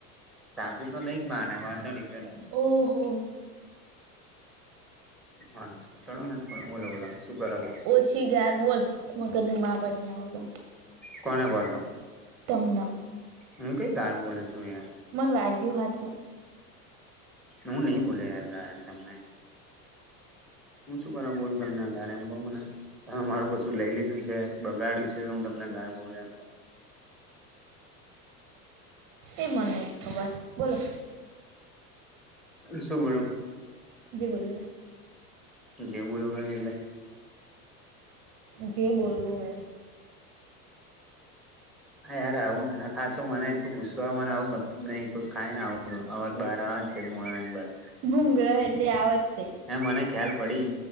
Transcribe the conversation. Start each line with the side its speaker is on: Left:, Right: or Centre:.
Centre: સાચું તો નઈ જ માને વાંધો નઈ ચાલો
Right: ઓહો હો
Centre: હા ચલોને બોલો બોલા શું કરો છો
Right: પછી ગાયા બોલ મગજ ની મા પૈણીયા વગર
Centre: કોને કો છો
Right: તમના
Centre: હું કઈ ગાર બોલો છું યાર
Right: મન વાગ્યું હાથમાં
Centre: હું નહી બોલિયો યાર ગાર તમને હું શું કરવા બોલું તમને ગાર એમ કોહ મને તમે મારું કશું લઈ લીધું છે બગાડ્યું છે તો હું તમને ગાર બોલૂ એમ કો
Right: એ મન નઈ ખબર બોલો
Centre: શું બોલું
Right: જે બોલવું હોય એ
Centre: જે બોલું હોય એટલે
Right: જે બોલવુ હોય એ
Centre: આ યાર આવું ના ખાસ તો મને એટલું ગુસ્સો મને આવું ગમતું જ નહી કોઈ થાય ને આવ આવાત બહાર આવવા છે મોણા ની બાર
Right: ભૂંગ્ર એટલી આ વતતે
Centre: એ મને ખ્યાલ પડી